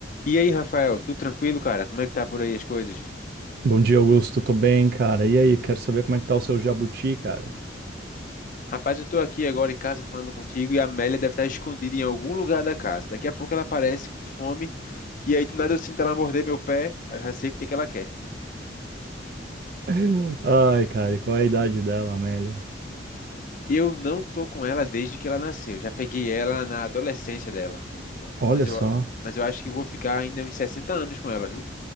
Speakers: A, on the left; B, on the right.
A: E aí, Rafael, tudo tranquilo, cara? Como é que tá por aí as coisas?
B: Bom dia, Augusto. Tô bem, cara. E aí, quero saber como é que tá o seu jabuti, cara.
A: Rapaz, eu tô aqui agora em casa falando contigo e a Amélia deve estar escondida em algum lugar da casa. Daqui a pouco ela aparece com fome e aí do nada eu sinto ela morder meu pé, aí eu já sei o que que ela quer.
B: <laughs> Ai, cara, e qual é a idade dela, Amélia?
A: Eu não tô com ela desde que ela nasceu. Já peguei ela na adolescência dela. Então,
B: Olha
A: mas eu,
B: só,
A: mas eu acho que vou ficar ainda uns 60 anos com ela, viu?